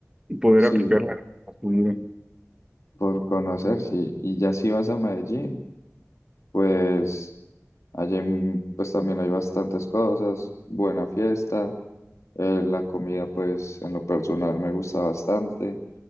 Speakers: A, on the right (about 15°); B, on the left (about 80°).
A: poder
B: sí,
A: aplicarla a tu vida.
B: por conocer, sí. Y ya si vas a Medellín, pues allí en- pues también hay bastantes cosas, buena fiesta, eh, la comida pues en lo personal me gusta bastante,